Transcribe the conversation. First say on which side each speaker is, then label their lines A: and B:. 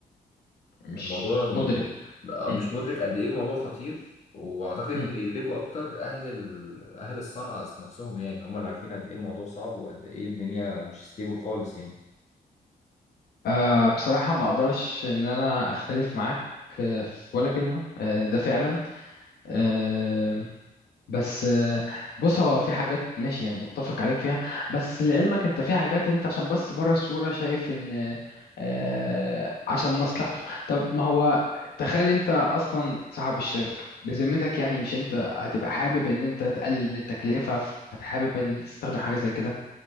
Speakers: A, on the left; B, on the left.
A: مش
B: الموضوع
A: مدرك
B: بقى
A: مم،
B: مش مدرك قد ايه الموضوع خطير واعتقد ان
A: مم.
B: اللي يدركوا اكتر اهل ال... اهل الصنعة نفسهم يعني هم اللي عارفين قد ايه الموضوع صعب وقد ايه الدنيا مش ستيبل خالص يعني
A: آه بصراحة ما اقدرش ان انا اختلف معاك آه، في ولا كلمة آه، ده فعلا آه، بس آه، بص هو في حاجات ماشي يعني متفق عليك فيها بس لعلمك انت في حاجات انت عشان بس بره الصورة شايف ان آه، عشان مصلحته طب ما هو تخيل انت اصلا صاحب الشركة بذمتك يعني مش انت هتبقى حابب ان انت تقلل التكلفة فحابب ان تستخدم حاجة زي كده